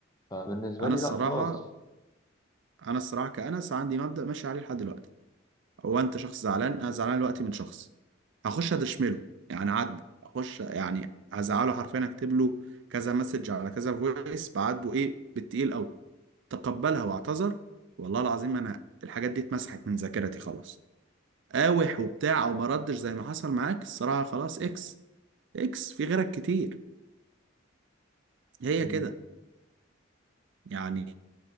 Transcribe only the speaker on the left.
فبالنسبة
لي
لا خلاص
مم.